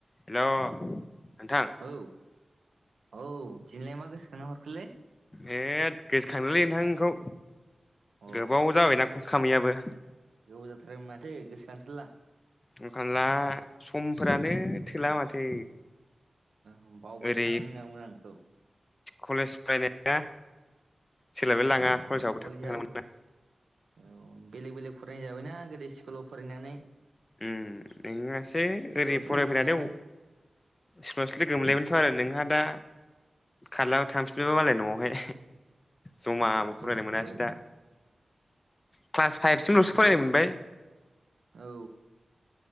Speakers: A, on the left; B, on the right.
A: Hello नोंथां
B: औ औ दिनै लाय मा गोसोखां हरखोलै
A: ए क गोसो खांनोलै नोंथांखौ
B: अ
A: गोबाव जाबायना कल खामैयाबो
B: गोबाव जाथार माथो गोसोखांथारला
A: ओंखारला समफोरानो थोला माथो
B: ओ बावबायसोनांगोन
A: ओरै
B: आंखौ
A: कलेज फरायनाया सोलायबाय लाङा कलेजावबो
B: औ कलेजआ
A: थांबाय थानांगौना
B: औ बेलेग बेलेग फरायनाय जाबायना गोदो स्कुलाव फरायनानै
A: उम नोसै
B: स्कुलावसो
A: ओरै फरायफैनानै
B: लोगो मोनलायोमोन
A: सिफासो लोगोमो थ आरो नोंहा दा खारला थांफिबालाय
B: औ
A: मालाय नआवहाय जमाबो
B: औ कलेजफ्राबो
A: फरायनो मोनासै दा क्लास फाइभसिमलसो
B: गैला
A: फरायनो मोनबाय
B: औ